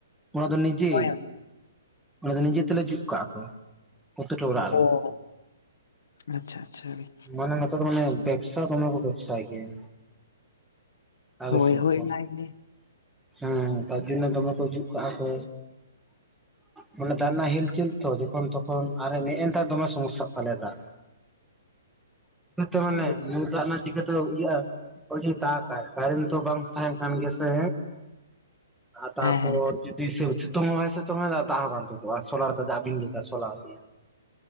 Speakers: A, in the centre; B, on the left (about 75°).
A: ᱢᱟ᱾ ᱚᱱᱟ ᱫᱚ ᱱᱤᱡᱮ
B: ᱦᱳᱭ
A: ᱚᱱᱟ ᱫᱚ ᱱᱤᱡᱮ ᱛᱮᱞᱮ ᱡᱩᱛ ᱠᱟᱜᱼᱟ ᱠᱚ ᱯᱨᱚᱛᱤᱴᱤ ᱚᱲᱟᱜ ᱨᱮ ᱾
B: ᱚ ᱟᱪᱪᱷᱟ ᱟᱪᱪᱷᱟ ᱦᱳᱭ
A: ᱢᱟᱱᱮ ᱱᱚᱛᱮ ᱫᱚ ᱢᱟᱱᱮ ᱵᱮᱵᱽᱥᱟ ᱫᱚᱢᱮ ᱠᱚ ᱵᱮᱵᱽᱥᱟᱭ ᱜᱮᱭᱟ᱾ ᱟᱞᱮ
B: ᱦᱳᱭ
A: ᱥᱮᱫ
B: ᱦᱳᱭ
A: ᱫᱚ
B: ᱚᱱᱟᱜᱮ
A: ᱦᱮᱸ ᱱᱮᱛᱟᱨ ᱫᱤᱱ ᱫᱚ ᱫᱚᱢᱮ ᱠᱚ ᱡᱩᱜ ᱠᱟᱜᱼᱟ ᱠᱚ᱾ ᱢᱟᱱᱮ ᱫᱟᱜ ᱨᱮᱱᱟᱜ ᱦᱮᱞᱪᱮᱞ ᱛᱚ ᱡᱚᱠᱷᱚᱱ ᱛᱚᱠᱷᱚᱱ ᱟᱨ ᱱᱮᱜᱮᱱᱮᱛᱟᱨ ᱫᱚᱢᱮ ᱥᱚᱢᱚᱥᱟᱜ ᱛᱟᱞᱮᱭᱟ ᱫᱟᱜ᱾ ᱛᱮ ᱢᱟᱱᱮ
B: ᱚ
A: ᱧᱩ ᱫᱟᱜ ᱨᱮᱱᱟᱜ ᱪᱤ ᱩᱱ ᱚᱠᱛᱚ ᱤᱭᱟ ᱟ ᱦᱚᱜᱚᱭ ᱡᱮ ᱫᱟᱜᱟᱭ ᱠᱟᱨᱮᱱᱴ ᱫᱚ ᱵᱟᱝ ᱛᱟᱦᱮᱱ ᱠᱟᱱ ᱜᱮ ᱥᱮ ᱟᱨ ᱛᱟᱨᱯᱚᱨ
B: ᱦᱮᱸ ᱦᱮᱸ
A: ᱡᱩᱫᱤ ᱥᱮ ᱥᱤᱛᱩᱝ ᱦᱚᱸ ᱵᱟᱭ ᱥᱤᱛᱩᱝ ᱟ ᱫᱟᱜ ᱦᱚᱸ ᱵᱟᱝ ᱛᱩᱫᱩᱜᱼᱟ ᱥᱳᱞᱟᱨ ᱫᱚ ᱫᱟᱜ ᱵᱤᱱ ᱞᱟᱹᱭᱫᱟ ᱥᱳᱞᱟᱨ ᱜᱮ